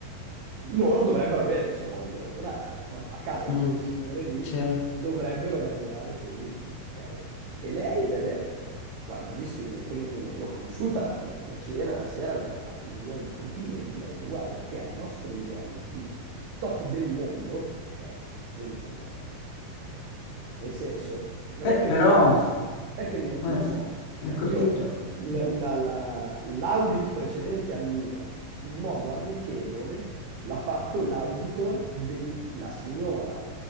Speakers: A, on the right; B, on the left.
A: loro dovrebbero avere questo modo di ragionare, no? A casa
B: Mm.
A: di quel signore lì
B: C'è-
A: dovrebbero ragionare così, ok? E lei gli ha detto, quando ha visto i miei primi, l'ho conosciuta, perché è andata a cena, una sera mi ha fatto un milione di complimenti, mi ha detto, guarda che al nostro livello, quindi top del mondo, ok? Gente come te non c'è. Nel senso, non
B: Beh,
A: è che
B: però,
A: non lo so, non è che non
B: eh,
A: lo so. ok?
B: hai capito.
A: Io l-
B: Mm.
A: la- la- l'audit precedente al mio, in modo amichevole, l'ha fatto l'auditor, della signora